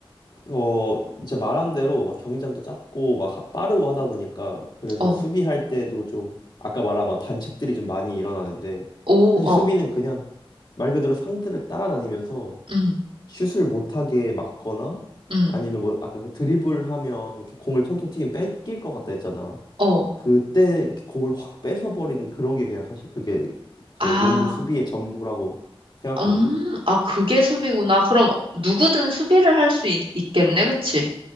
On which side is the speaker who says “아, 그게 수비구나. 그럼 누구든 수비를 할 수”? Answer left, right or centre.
Right